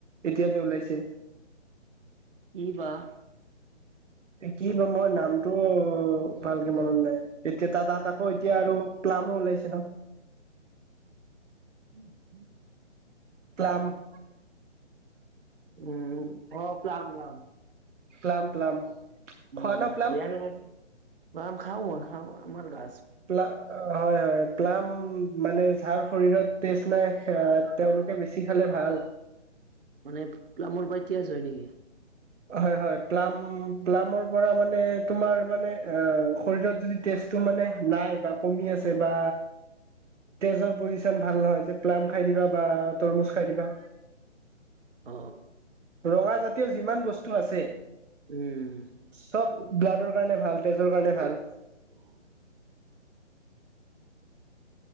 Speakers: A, on the right (about 80°); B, on the right (about 50°).
A: এতিয়া যে ওলাইছে
B: কিঈবা <unintelligible>
A: কি ক মই
B: অ',
A: নামটো ভালকে মনত নাই। এতিয়া তাত তাত আকৌ এতিয়া আৰু ক্লামো ওলাইছে ন
B: উম উম।
A: প্লাম <unintelligible>
B: উম অ প্লাম প্লাম।
A: প্লাম প্লাম খোৱা
B: উম
A: ন প্লাম
B: খাওঁ খাও আমাৰ গা
A: প্লা হয় হয় প্লাম মানেৰ শৰীৰত তেজ নাই এ তেওঁলোকে বেছি খালে ভাল।
B: মানে প্লামৰ পৰা তিয়াজ হয় নেকি
A: হয় হয় প্লাম প্লামৰ পৰা মানে তোমাৰ মানে শৰিৰত যদি তে মানে নাই বা কমি আছে বা তেজৰ পজিশন ভাল নহয় যে প্লাম খাই দিবা বা তৰমুজ খাই দিবা।
B: অ
A: ৰঙা জাতীয় যিমান বস্তু আছে।
B: উম।
A: চব ব্লাডৰ কাৰণে ভাল তেজৰ কাৰণে ভাল।
B: অ।